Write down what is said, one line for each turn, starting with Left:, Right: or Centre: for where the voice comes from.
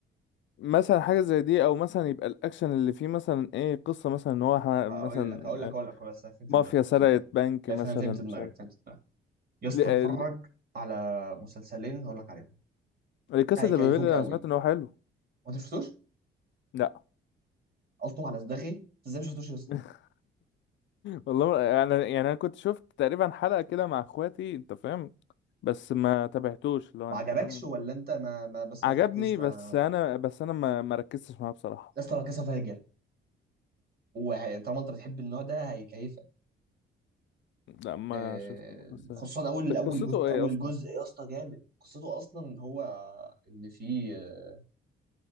Left: مثلا حاجه زي دي او مثلا يبقى الاكشن اللي فيه مثلا ايه قصه مثلا ان هو ح-
Right: اقول
Left: مثلا
Right: لك اقول لك اقول
Left: آه،
Right: لك بس فهمت
Left: مافيا
Right: دماغك
Left: سرقت
Right: فهمت دماغك
Left: بنك
Right: افهم
Left: مثلا
Right: فهمت
Left: مش
Right: دماغك فهمت دماغك يا اسطى
Left: عارف
Right: اتفرج على مسلسلين هقول لك عليهم
Left: القصة
Right: هيكيفوك
Left: ده بابيل انا
Right: قوي
Left: سمعت ان هو حلو
Right: وانت شفتوش
Left: لا
Right: قلتم على صداغي انت ازاي ما شفتوش يا اسطى
Left: <laughs> والله ما- يعني يعني انا كنت شفت تقريبا حلقة كده مع اخواتي انت فاهم بس ما تابعتوش لو
Right: ما
Left: انت
Right: عجبكش
Left: فاهم
Right: ولا انت ما, ما بس
Left: عجبني
Right: ما تبعتوش ما
Left: بس انا بس انا ما ما ركزتش معاه بصراحة
Right: يا اسطى لا كاسا فاجر وطالما انت بتحب النوع ده هيكيفك
Left: لا ما
Right: آه،
Left: شفت بس
Right: خصوصا اول
Left: ده
Right: اول
Left: قصته
Right: جزء اول
Left: ايه اصلا
Right: جزء يا اسطى جامد قصته اصلا هو ان في آه،